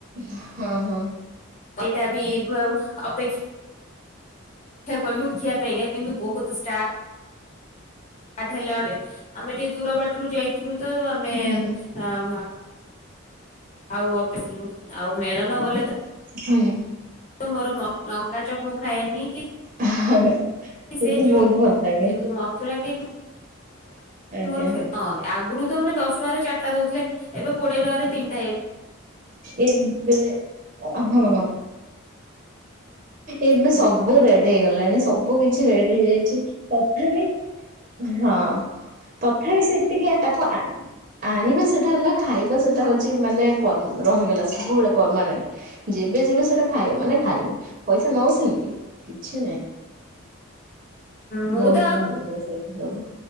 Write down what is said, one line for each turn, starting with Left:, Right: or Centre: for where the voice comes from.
Right: ହଁ-ହଁ।
Left: ଏଇଟା ବି ଆଉ ଅପେକ୍ଷ୍ ଅପେକ୍ଷା କଲୁ ଦେଖିଆ ପାଇଁକା କିନ୍ତୁ ବହୁତ ଷ୍ଟା ଟାଟ୍ ହେଲା ବଟେ ଆମେ ଟିକେ ଦୂର ବାଟରୁ ଯାଇଥିଲୁ ତ ଆମେ
Right: ହୁଁ
Left: ଆଁ-ଆଁ ଆଉ <inaudible> ଆଉ ମେଳଣ ଗଲେ ତ
Right: ହୁଁ।
Left: ତ ମୋର <inaudible> ଲଙ୍କା ଚପ୍ ମୁୁଁ ଖାଏନି କି
Right: ହାଁହାଁହେଁ, ସେଇଟା
Left: ସେ ଯୋଉନି
Right: ବହୁତ ଭଲ ଲାଗେ।
Left: କିନ୍ତୁ ମଥୁରା କେକ୍
Right: <unintelligible> ଆଜ୍ଞା।
Left: ମୋର ଫେବ୍, ହଁ ଆଗରୁ ତ ମାନେ ଦଶ ଟଙ୍କାରେ ଚାରିଟା ଦଉଥିଲେ ଏବେ କୋଡିଏ ଟଙ୍କାରେ ତିନିଟା ହେଇ
Right: ଏବେ ହଁ। ଏବେ
Left: ହଁ
Right: ସବୁ ରେଟ୍ ହେଇଗଲାଣି। ସବୁ କିଛି ରେଟ ହେଇଯାଇଛି, ତଥାପି ହଁ। ତଥାପି ସେତିକି ତାକୁ ଆଣିବା ସେଟା ହେଲା ଖାଇବା ସେଟା ହଉଛି ମାନେ ରହିଗଲା <unintelligible> ସବୁବେଳେ ପରମାନେଣ୍ଟ୍। ଯେବେ ଯିବ ସେଟା ଖାଇବ ମାନେ ଖାଇବୁ ପଇସା ନଉ ସେମିତି କିଛି ନାହିଁ।
Left: ମୁଁ
Right: ବହୁତ
Left: ତ ଆଉ
Right: ଭଲ ଲାଗେ ସେଠି ସବୁ।